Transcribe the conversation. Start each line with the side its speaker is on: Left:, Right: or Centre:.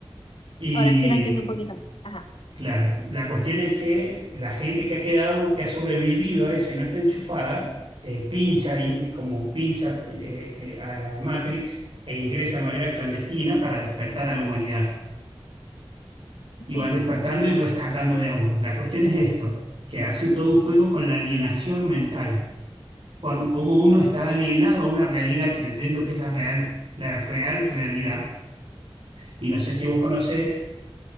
Right: Y
Left: Ahora sí lo entiendo
Right: mm,
Left: un poquito más. Ajá,
Right: claro, la cuestión es que la gente que ha quedado, que ha sobrevivido a eso y no está enchufada, eh, pincha in- eh, como pincha eh, eh, a la Matrix e ingresa de manera clandestina para despertar a la humanidad.
Left: ok.
Right: y van despertando y rescatando de a uno. La cuestión es esto, que hace todo un juego con la alienación mental, cuando, cómo uno está alienado a una realidad creyendo que es la real, la real realidad. Y no sé si vos conocés